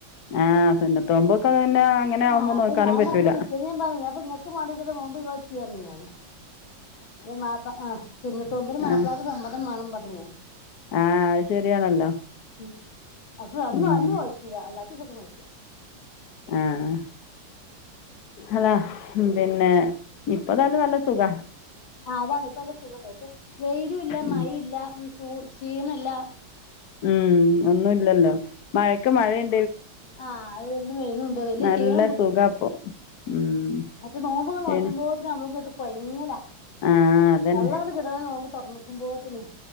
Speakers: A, on the left; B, on the left.
A: ആഹ് പിന്നെ അങ്ങനെ ആവുമ്പോൾ
B: ആഹ് അപ്പൊ
A: നോക്കാനും
B: ഞാൻ
A: പറ്റില്ല
B: പറഞ്ഞ് പിറ്റേന്ന് ഞാൻ പറഞ്ഞു ഞാപ്പം ഇങ്ങൾക്ക് മാണ്ടിട്ടൊര് നോമ്പ് ഒഴിവാക്കി പറഞ്ഞു ഞാന് അപ്പോ മാപ്പള ആ സുന്നത്ത് നോമ്പിന്
A: ആ
B: മാപ്പളാരെ സമ്മതം മാണം പർ <unintelligible>
A: ആ അത് ശരിയാണല്ലോ
B: ഉം അപ്പൊ അന്നു
A: ഉം
B: അന്നു നോറ്റീല്ല അല്ലാ ത്തൊക്കെ നോറ്റ്
A: ആഹ് അതാ പിന്നെ ഇപ്പതാലും നല്ല സുഖാ
B: ആ അതാണ് ഇപ്പ നല്ല സുഖ വെയിലും ഇല്ല
A: ഉം
B: മയില്ല്യാ ചൂ ക്ഷീണല്ല
A: ഉം ഒന്നുംല്ലല്ലോ മഴക്ക് മഴേം
B: ആഹ് അത് ഇന്ന് വെയ്ലുണ്ട് വല്യ
A: നല്ല
B: ശീണം പുട്ച്ചൂല
A: സുഖാപ്പൊ ഉം
B: മറ്റേ നോമ്പ് ങ്ങട്ട്
A: ശരി
B: നോറ്റുമ്പോതിന് നമ്മൾക്ക് ഇങ്ങട്ട് കൊയ്ങ്ങല
A: ആ അതന്നെ
B: വള്ളാണ്ട് <unintelligible> നോമ്പ് തൊർന്ന്ക്കുംമ്പോത്ത് ന്